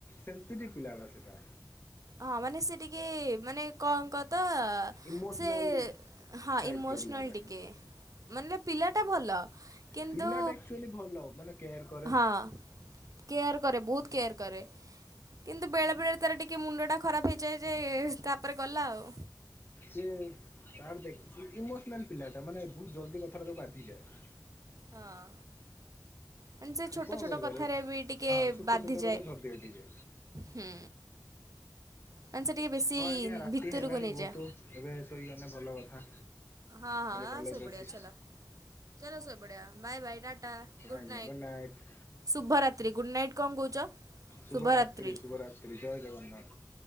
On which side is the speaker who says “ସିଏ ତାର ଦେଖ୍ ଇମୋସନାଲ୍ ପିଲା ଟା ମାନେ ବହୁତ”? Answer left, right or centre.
Left